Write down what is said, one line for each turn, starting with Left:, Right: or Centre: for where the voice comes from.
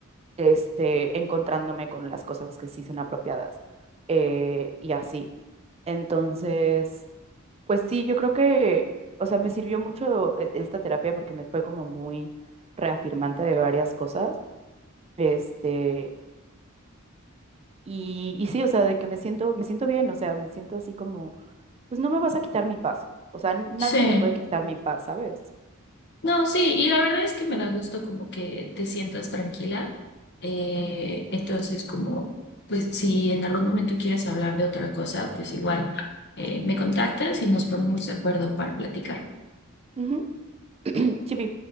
Right: este, encontrándome con las cosas que sí son apropiadas eh, y así. Entonces, pues sí, yo creo que, o sea, me sirvió mucho e- esta terapia porque me fue como muy reafirmante de varias cosas. Este, y, y sí, o sea, de que me siento, me siento bien, o sea, me siento así como, pues no me vas a quitar mi paz. O sea, n- nadie
Left: Sí.
Right: me puede quitar mi paz, ¿sabes?
Left: No, sí, y la verdad es que me da gusto como que te sientas tranquila. Eh, entonces, como, pues si en algún momento quieres hablar de otra cosa, pues igual eh, me contactas y nos ponemos de acuerdo para platicar.
Right: Ujú. <clears throat> Chipi.